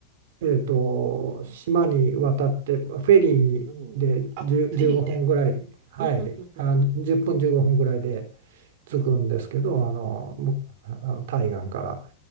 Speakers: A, on the right; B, on the right.
A: えっと、島に渡ってフェリーにで10、
B: うん。あ、
A: 1分ぐらい、
B: フェリーで。
A: はい、
B: うん、うん、
A: あ、1分15分ぐらいで
B: うん、
A: 着くんですけど、
B: うん、うん。うんうん
A: あの、むあの対岸から、